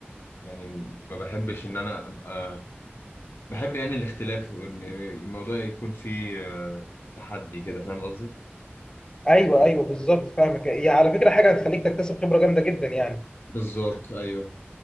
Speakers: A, on the left; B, on the left.
A: يعني ما بحبش ان انا ابقى بحب يعني الاختلاف وان الموضوع يكون فيه آه، تحدي كده فاهم قصدي؟
B: ايوه ايوه بالظبط فاهمك هي على فكره حاجه هتخليك تكتسب خبره جامده جدا يعني
A: بالظبط ايوه